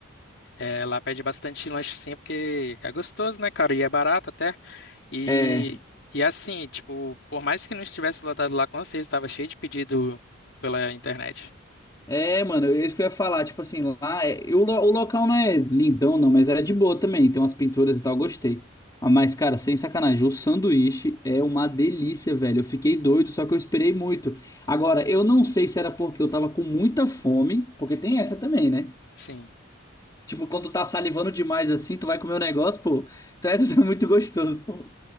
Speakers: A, on the left; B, on the left.
A: É, lá pede bastante lanche sempre, porque é gostoso, né, cara? E é barato até. E,
B: É,
A: e assim, tipo, por mais que não estivesse lotado lá, com certeza tava cheio de pedido pela internet.
B: É, mano, é isso que eu ia falar. Tipo assim, lá é, e o, lo- o local não é lindão, não, mas é de boa também. Tem umas pinturas e tal, gostei. Ah, mas, cara, sem sacanagem, o sanduíche é uma delícia, velho. Eu fiquei doido, só que eu esperei muito. Agora, eu não sei se era porque eu tava com muita fome, porque tem essa também, né?
A: Sim.
B: Tipo, quando tu tá salivando demais assim, tu vai comer um negócio, pô. Tu é, <laughs> tu tá muito gostoso, pô.